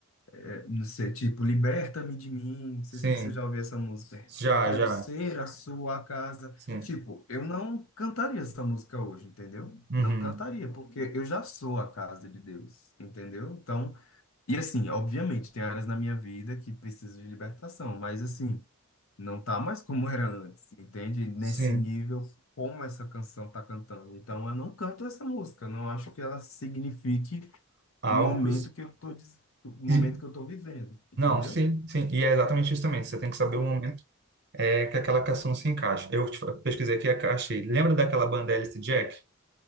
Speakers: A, on the left (about 65°); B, on the right (about 50°).
A: é, não sei, tipo, liberta-me de mim. Não sei
B: sim,
A: se você já ouviu essa música.
B: já,
A: Eu quero
B: já,
A: ser a sua casa.
B: sim,
A: Tipo, eu não cantaria essa música hoje, entendeu?
B: uhum,
A: Não cantaria, porque eu já sou a casa de Deus, entendeu? Então, e assim, obviamente, tem áreas na minha vida que precisam de libertação, mas assim, não tá mais como era antes, entende? Nesse
B: sim,
A: nível, como essa canção tá cantando. Então, eu não canto essa música, não acho que ela signifique
B: algo.
A: o momento
B: pros-
A: que eu tô, dis- o momento
B: E,
A: que eu tô vivendo, entendeu?
B: não, sim, sim, e é exatamente isso também. Você tem que saber o momento é que aquela canção se encaixa. Eu te- pesquisei aqui, achei. Lembra daquela banda Alice Jack?